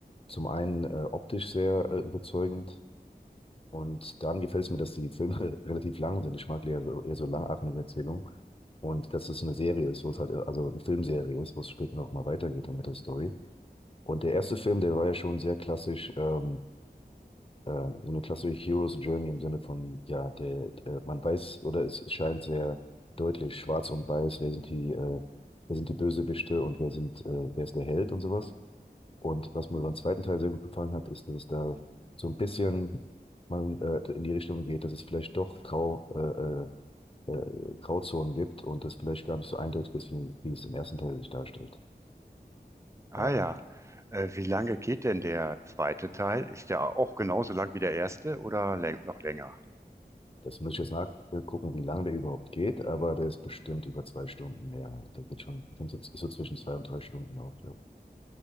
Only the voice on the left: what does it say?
zum einen äh, optisch sehr äh, überzeugend. Und dann gefällt es mir, dass die Filme <laughs> relativ lang sind. Ich mag eher so, eher so langatmige Erzählungen. Und dass es eine Serie ist, wo es halt, also eine Filmserie ist, wo es später noch mal weitergeht mit der Story. Und der erste Film, der war ja schon sehr klassisch, ähm, äh, so eine klassische Hero's Journey im Sinne von, ja, der, äh, man weiß oder es scheint sehr deutlich schwarz und weiß, wer sind die, äh, wer sind die Bösewichte und wer sind, äh, wer ist der Held und sowas. Und was mir beim zweiten Teil sehr gut gefallen hat, ist, dass es da so ein bisschen man äh, in die Richtung geht, dass es vielleicht doch Grau, äh, äh, äh, Grauzonen gibt und das vielleicht gar nicht so eindeutig ist, wie, wie es im ersten Teil sich darstellt.
Ähm,
Das muss ich jetzt nachgucken, wie lange der überhaupt geht, aber der ist bestimmt über zwei Stunden. mehr. der geht schon, sind so, ist so zwischen zwei und drei Stunden auch. Ja.